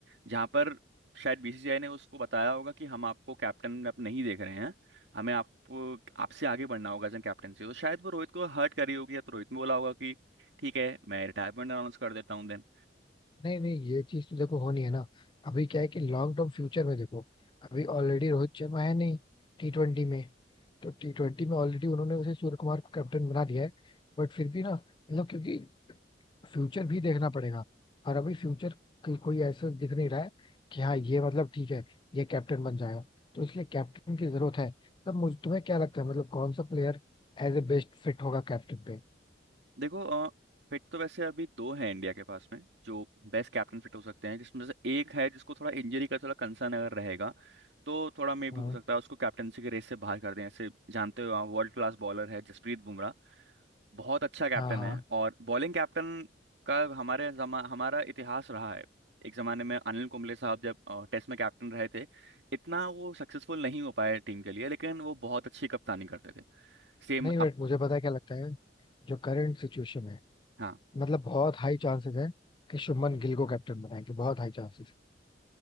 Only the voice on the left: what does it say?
नहीं नहीं ये चीज तो देखो होनी है ना अभी क्या है कि लॉन्ग टर्म फ्यूचर में देखो अभी ऑलरेडी रोहित शर्मा है नहीं टी ट्वेंटी में तो टी ट्वेंटी में ऑलरेडी उन्होंने उसे सूर्य कुमार को कैप्टन बना दिया है बट फिर भी ना मतलब क्योंकि फ्यूचर भी देखना पड़ेगा और अभी फ्यूचर कोई ऐसा दिख नहीं रहा है कि हाँ ये मतलब ठीक है ये कैप्टन बन जाएगा तो इसलिए कैप्टन की जरूरत है तब मुझे तुम्हें क्या लगता है मतलब कौन सा player as a best fit होगा कैप्टन पे
हाँ
हाँ हाँ
नहीं बट
मुझे पता है क्या लगता है जो करंट सिचुएशन है
मतलब बहुत हाई चांसेस है कि शुभमन गिल को कैप्टन बनाएंगे बहुत हाई चांसेस है